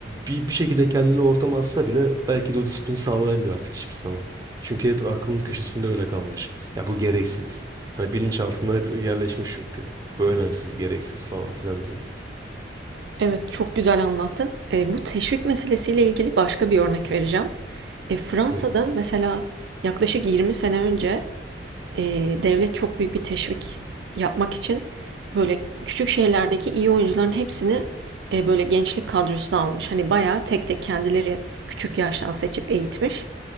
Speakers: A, on the right (about 20°); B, on the right (about 70°).
A: bir, bir şekilde kendini o ortama atsa bile belki de o disiplini sağlayamıyor artık hiçbir zaman. Çünkü hep aklının köşesinde öyle kalmış. Ya bu gereksiz. Hani bilinçaltında hep yerleşmiş çünkü. Bu önemsiz, gereksiz falan filan diye.
B: Evet, çok güzel anlattın. E, bu teşvik meselesiyle ilgili başka bir örnek vereceğim. E, Fransa'da
A: Hı.
B: mesela yaklaşık 20 sene önce e, devlet çok büyük bir teşvik yapmak için böyle küçük şehirlerdeki iyi oyuncuların hepsini e, böyle gençlik kadrosuna almış. Hani bayağı tek tek kendileri küçük yaştan seçip eğitmiş.